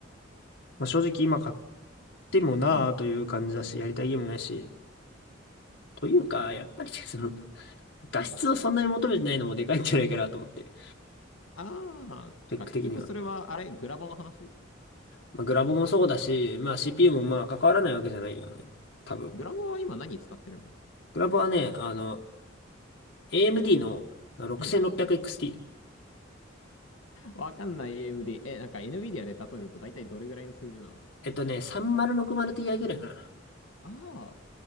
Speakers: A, on the left (about 60°); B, on the left (about 85°).
A: まあ、正直今買ってもなあという感じだし、
B: うん。
A: やりたいゲームないし。というか、やっぱりその、画質をそんなに求めてないのもでかいんじゃないかなと思って。
B: あー、
A: スペック的には。
B: てか結局それは、あれ、グラボの話
A: まあ、グラボもそうだし、まあ CPU もまあ関わらないわけじゃないよね。多分。
B: グラボは今何使ってるの
A: グラボはね、あの、AMD の 6600XT。
B: うん。わかんない AMD。え、なんか NVIDIA で例えると大体どれぐらいの水準なの
A: えっとね、3 0 6 0 t ぐらいかな。
B: ああ